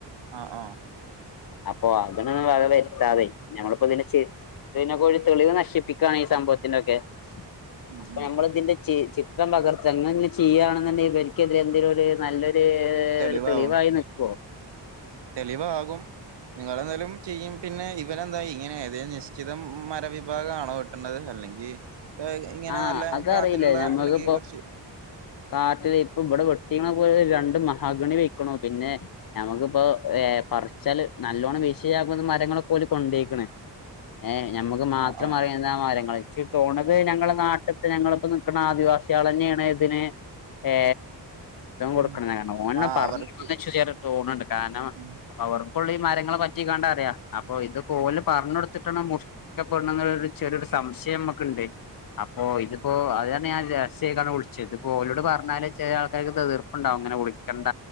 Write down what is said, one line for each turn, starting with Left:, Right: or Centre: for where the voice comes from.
Right: ആഹ് ആഹ്
Left: അപ്പൊ അതിന് വക വരുത്താതെ ഞമ്മളിപ്പോ ഇതിന്റെ ച്ച് ഇതിനെ ഒരു തെളിവ് നശിപ്പിക്കാണ് ഈ സംഭവത്തിന്റെക്കെ
Right: ഉം
Left: അപ്പൊ
Right: ഉം
Left: നമ്മൾ ഇതിന്റെ ചിത്രം പകർത്ത് ഇന്ന് ചെയ്യാണെന്നുണ്ടെങ്കി ഇവർക്ക് എതിരെ എന്തെങ്കിലു നല്ലൊര്
Right: തെളിവാവും
Left: ഒരു തെളിവായി നികൊ
Right: തെളിവാകും നിങ്ങളെന്തായാലും ചെയും പിന്നെ ഇവരെന്താ ഇങ്ങനെ ഏത നിശ്ചിത മരവിഭാഗ ആണോ അല്ലെങ്കിൽ ഇങ്ങനെ
Left: ആഹ്
Right: നല്ല
Left: അതറിയില്ല
Right: കാതൽള്ള
Left: ഞമ്മക്കിപ്പോ
Right: അല്ലെങ്കി കുറ്ച്ച്
Left: കാട്ടില് ഇപ്പം ഇവിടെ വെട്ടീപോല രണ്ട് മഹാഗണി പോയിക്ക്ണു പിന്നെ ഞമ്മക്കിപ്പോ ഏ പറിച്ചാല് നല്ലോണ്ണം ഭീഷണി യാകുന്ന മരങ്ങളൊക്കെ ഓൽ കൊണ്ടോയിക്ക്ണ് ഏഹ് ഞമക്ക് മാത്രം
Right: ആഹ് ആഹ്
Left: അറിയുന്ന മരങ്ങള് ച്ച് തോണത് ഞങ്ങള എല്ലാത്തിനും ഞങ്ങളപ്പോ നിക്കണ ആദിവാസികള തന്നെയാണ് ഇതിന് ഏ കൊടുക്കണം
Right: ഉം
Left: ന്നാ ഓന്
Right: ആഹ്
Left: പറഞ്ഞ്ക്ക്ണ്
Right: അവർക്ക്
Left: ചെ തോന്ന്ണ്ട് കാർണം
Right: ഉം
Left: അവർക്കുള്ളു ഈ മരങ്ങപറ്റികാണ്ടറിയാ അപ്പൊ ഇത് പോല് പറഞ്ഞൊടുത്തിട്ടാണ് മുറ് ക്കപ്പെടുന്നത് ന്ന്ള്ള ഒരു ചെറിയരു സംശയം നമുക്കുണ്ട് അപ്പോ ഇത് അപ്പൊ അതാണ് ഞാൻ രഹസ്യയിക്കാണ്ട് വിളിച്ചത് ഇത്പ്പോ ഓലോട് പറഞ്ഞാല് ചില ആൾക്കാർക്ക് എതീർപ്പുണ്ടാവും അങ്ങനെ വിളിക്കണ്ട